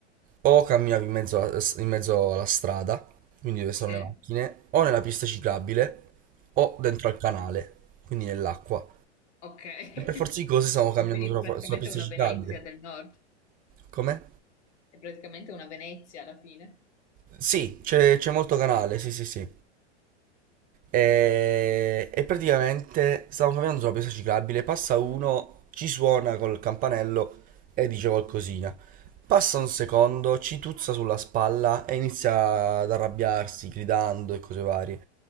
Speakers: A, on the right; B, on the left.
A: o camminavi in mezzo, a- in mezzo alla strada, quindi dove sono
B: Sì?
A: le macchine, o nella pista ciclabile, o dentro
B: Ok.
A: al canale, quindi nell'acqua.
B: Ok. <laughs>
A: E per forza di cose stavamo camminando
B: Ma Quindi
A: sulla,
B: praticamente
A: sulla pista
B: una
A: ciclabile.
B: Venezia del nord,
A: Com'è?
B: è praticamente una Venezia alla fine.
A: Sì, c'è c'è molto canale, sì sì sì. E, e praticamente stavo camminando sulla pista ciclabile, passa uno, ci suona col campanello e dice qualcosina. Passa un secondo, ci tuzza sulla spalla e inizia ad arrabbiarsi, gridando e cose varie.